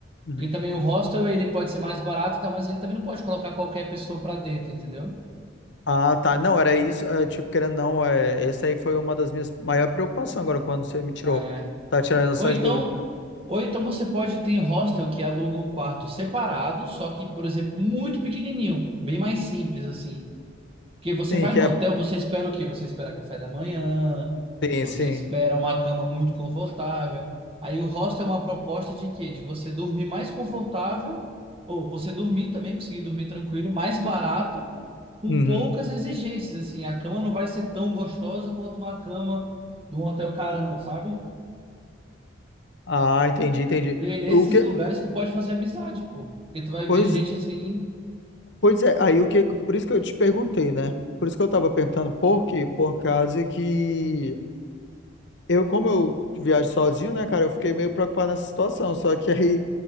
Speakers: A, on the left; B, on the right.
A: Uhum.
B: Porque também o hostel ele pode ser mais barato, tá? mas ele também não pode colocar qualquer pessoa pra dentro, entendeu?
A: Ah, tá. Não, era isso. é, tipo, querendo ou não, é, essa aí foi uma das minhas maiores preocupações agora quando você me tirou.
B: É.
A: Tá tirando essas
B: Ou então,
A: dúvidas. né?
B: ou então você pode ter hostel que aluga um quarto separado, só que, por exemplo, muito pequenininho, bem mais simples assim. Porque você
A: Sim,
B: vai
A: que
B: no
A: é.
B: hotel, você espera o quê? Você espera café da manhã,
A: Sim,
B: você
A: sim.
B: espera uma cama muito confortável. Aí o hostel é uma proposta de quê? De você dormir mais confortável, ou você dormir também, conseguir dormir tranquilo, mais barato com
A: Uhum.
B: poucas exigências, assim. A cama não vai ser tão gostosa quanto uma cama de um hotel carão, sabe?
A: Ah, entendi, entendi.
B: E aí, nesses
A: O que...
B: lugares, tu pode fazer amizade, pô. Porque tu vai
A: Pois
B: ver gente assim,
A: Pois é, aí o que, por isso que eu te perguntei, né? Por isso que eu tava perguntando por quê? Por causa que eu, como eu viajo sozinho, né, cara, eu fiquei meio preocupado nessa situação. Só que aí,